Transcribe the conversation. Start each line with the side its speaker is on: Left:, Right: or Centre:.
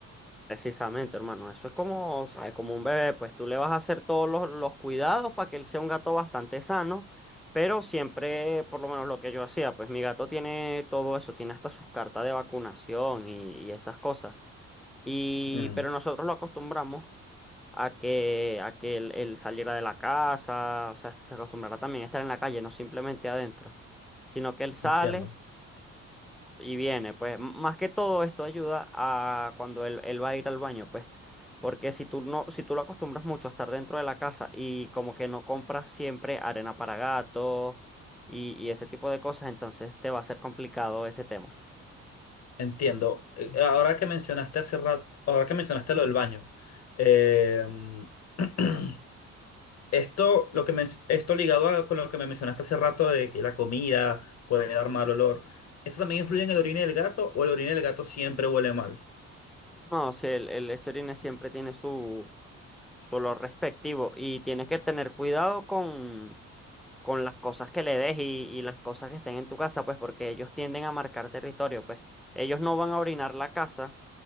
Centre: Precisamente, hermano, eso es como, ¿sabes? Como un bebé, pues tú le vas a hacer todos los, los cuidados para que él sea un gato bastante sano, pero siempre, por lo menos lo que yo hacía, pues mi gato tiene todo eso, tiene hasta sus cartas de vacunación y, y esas cosas. Y,
Left: Mm,
Centre: pero nosotros lo acostumbramos a que, a que él, él saliera de la casa, o sea, se acostumbrara también a estar en la calle, no simplemente adentro, sino que él sale
Left: entiendo.
Centre: y viene, pues m- más que todo esto ayuda a cuando él, él va a ir al baño, pues, porque si tú no, si tú lo acostumbras mucho a estar dentro de la casa y como que no compras siempre arena para gatos y, y ese tipo de cosas, entonces te va a ser complicado ese tema.
Left: Entiendo. Eh, Ahora que mencionaste hace rato, ahora que mencionaste lo del baño, eh, <clears throat> esto, lo que men- esto ligado a, con lo que me mencionaste hace rato de que la comida puede dar mal olor, ¿esto también influye en el orine del gato o el orine del gato siempre huele mal?
Centre: No, si el, el ese orine siempre tiene su, su olor respectivo y tienes que tener cuidado con, con las cosas que le des y, y las cosas que estén en tu casa, pues, porque ellos tienden a marcar territorio, pues, ellos no van a orinar la casa